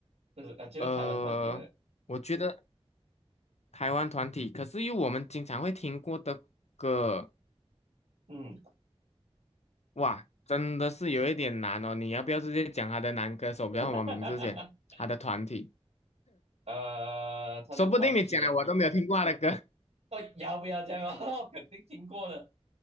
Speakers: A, on the right (about 75°); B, on the left (about 85°).
A: 就是啊，就是台湾团体啊，
B: 呃，我觉得台湾团体，可是又我们经常会听过的歌，
A: 嗯，
B: 哇，真的是有一点难哦。你要不要直接讲他的男歌手叫什么名字先？
A: <laughs>
B: 他的团体，
A: 呃，他的团体啊，
B: 说不定你讲了我都没有听过他的歌。
A: 哦，要不要这样啊？<laughs> 我肯定听过的，